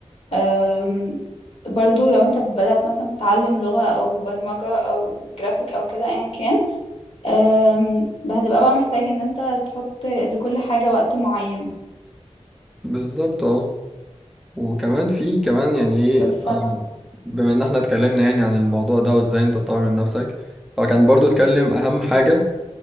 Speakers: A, on the left; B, in the centre.
A: أم، برضو لو انت بدأت مثلا تتعلم لغة او برمجة او جرافيك او كده ايا كان أم، هتبقى بقى محتاج ان انت تحط لكل حاجة وقت معين
B: بالظبط اه وكمان في كمان يعني ايه
A: ف
B: آه، بما ان احنا اتكلمنا يعني عن الموضوع ده وازاي انت تطور من نفسك هو كان برضو اتكلم اهم حاجة